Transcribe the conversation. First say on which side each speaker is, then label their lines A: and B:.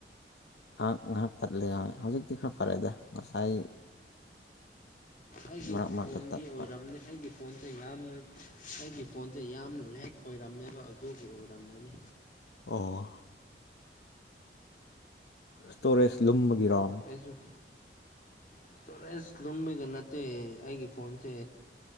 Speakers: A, on the left; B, on the left.
A: ꯑꯥꯛ ꯉꯥꯍꯥꯛ ꯇꯠꯂꯦ ꯍꯥꯏ ꯍꯧꯖꯤꯛꯇꯤ ꯈꯔ ꯐꯔꯦꯗ ꯉꯁꯥꯏ
B: ꯑꯩꯒꯤ
A: ꯃꯔꯛ ꯃꯔꯛꯇ
B: ꯐꯣꯟꯒꯤ
A: ꯇꯠꯄ
B: ꯑꯣꯏꯔꯝꯅꯤ ꯑꯩꯒꯤ ꯐꯣꯟꯁꯦ ꯌꯥꯝ ꯑꯩꯒꯤ ꯐꯣꯟꯁꯦ ꯌꯥꯝ ꯂꯦꯛ ꯑꯣꯏꯔꯝꯃꯦꯕ ꯑꯗꯨꯒꯤ ꯑꯣꯏꯔꯝꯒꯅꯤ
A: ꯑꯣ ꯁ꯭ꯇꯣꯔꯦꯖ ꯂꯨꯝꯕꯒꯤꯔꯣ
B: ꯏꯖꯨꯞ ꯏꯁꯇꯣꯔꯦꯖ ꯂꯨꯝꯕꯩꯒ ꯅꯠꯇꯦ ꯑꯩꯒꯤ ꯐꯣꯟꯁꯦ